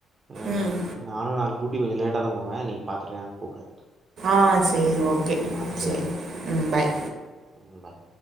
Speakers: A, on the right; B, on the right.
A: அஹ்
B: ம்
A: நானும் நா டூட்டிக்கு கொஞ்ச லேட்டா தான் போவே நீ பாத்துட்டு என்னனு கூப்டு
B: ஆஹ் சரி ஓகே
A: ஆஹ் சரி
B: சேரி
A: ஓகே
B: ம் பாய்
A: உம் பாய்